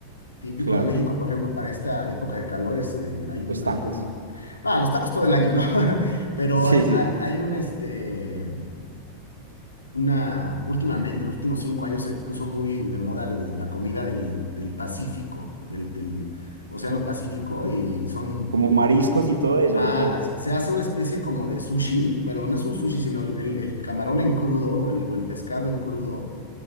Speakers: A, on the left (about 75°); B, on the right (about 75°).
A: Típico
B: claro.
A: de México, por ejemplo, para esta época de calores, eh, hay un,
B: Los tacos.
A: hay un,
B: <laughs>
A: ah, los tacos todo el año, ¿no? <laughs> Pero
B: Sí,
A: hay,
B: sí.
A: hay, hay un, este, una, últimamente, en los últimos cinco años se puso muy de moda el- la comida del, del Pacífico, del, del Océano Pacífico, y son
B: Como mariscos y todo eso,
A: Ah,
B: ¿o qué?
A: se hace una especie como de sushi. Bueno, no es un sushi, sino el, el- camarón en crudo o el, o el pescado en crudo,